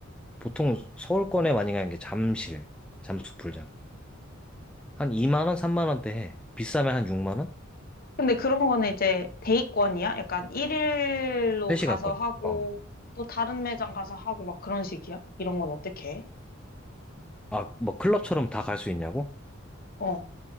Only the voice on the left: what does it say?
근데 그런 거는 이제 데이권이야? 약간 일일로
가서 하고
또 다른 매장 가서 하고 막 그런 식이야? 이런 건 어떻게 해?
어.